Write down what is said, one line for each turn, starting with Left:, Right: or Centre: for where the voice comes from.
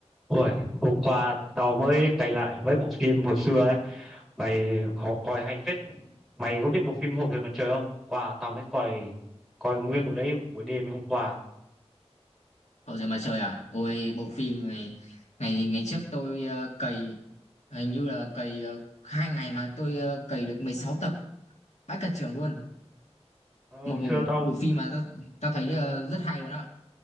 Centre: Ôi, hôm qua tao mới cày lại mấy bộ phim hồi xưa ấy. Mày khó coi hay phết. Mày có biết bộ phim Hồn về mặt trời không? Qua tao mới coi coi nguyên bộ đấy buổi đêm hôm qua.
Left: Hậu duệ mặt trời à? Ôi bộ phim này ngày ngày trước tôi ờ, cày hình như là cày ờ, hai ngày mà tôi ờ, cày được mười sáu tập vãi cả trưởng luôn.
Centre: Ờ,
Left: Một,
Centre: Hồi
Left: một
Centre: xưa tao
Left: bộ phim mà tao, tao thấy ờ, rất hay luôn á.